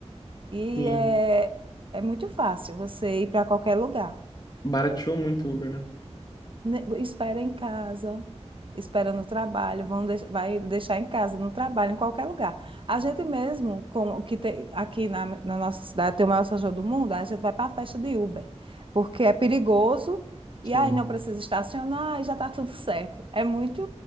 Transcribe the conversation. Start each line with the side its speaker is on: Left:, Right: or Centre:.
Right: e
Left: Sim.
Right: é, é muito fácil você ir para qualquer lugar.
Left: Barateou muito o Uber, né?
Right: Ne- Espera em casa, espera no trabalho, vão deix- vai deixar em casa, no trabalho, em qualquer lugar. A gente mesmo, como o que tem, aqui na, na nossa cidade tem o maior São João do mundo, a gente vai para a festa de Uber, porque é perigoso
Left: Sim,
Right: e aí não precisa estacionar e já está tudo certo. É muito.